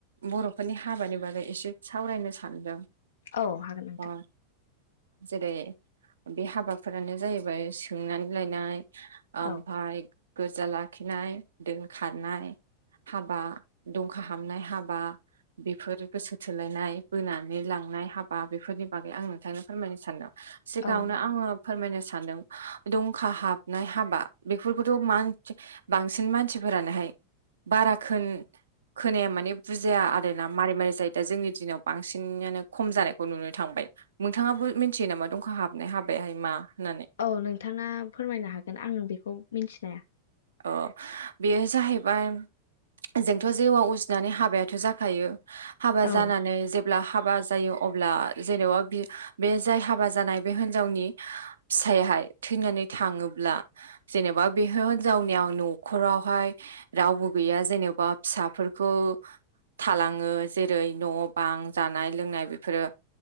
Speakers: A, on the right; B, on the left.
A: बर'फोरनि हाबानि बागै एसे सावरायनो सानदों
B: औ हागोन नोंथां
A: अ जेरै बे हाबाफोरानो जाहैबाय सोंनानै लायनाय ओमफफ्राय
B: औ
A: गोजा लाखिनाय दोनखनाय हाबा दंखा हाबनाय हाबा बेफोर गोसो थोलायनाय बोनानै लांनाय हाबा बेफोरनि बागै आं नोंथांनो फोरमायनो सानदों सिगाङावनो
B: औ नोंथां
A: आङो फोरमायनो सान सानदों दंखा हाबनाय हाबा बेफोरखौथ' मानस बांसिन मानसिफोरानोहाय बाराखोन खोनाया माने बुजाया आरोना मारै मारै जायो दा जोंनि दिनाव बांसिनानो खम जानायखौ नुनो मोन थांबाय नोंथाङाबो मिथियो नामा दंखा हाबनाय हाबायहाय मा होननानै?
B: औ नोंथाङा फोरमायनो हागोन आं बेखौ मिथिनाया
A: औ बेयो जाहैबाय जोंथ' जेवआव उजिनानै हाबायाथ' जाखायो हाबा
B: औ
A: जानानै जे ब्ला हाबा जायो अब्ला जेनेबा बे जाय हाबा जानाय बे हिनजावनि फिाइहाय थैनानै थाङोब्ला जेनेबा बेह हिनजावनियाव न'खरावहाय रावबो गैया जेनेबा फिसाफोरखौ थालाङो जेरै न' बां जानाय लोंनाय बेफोरो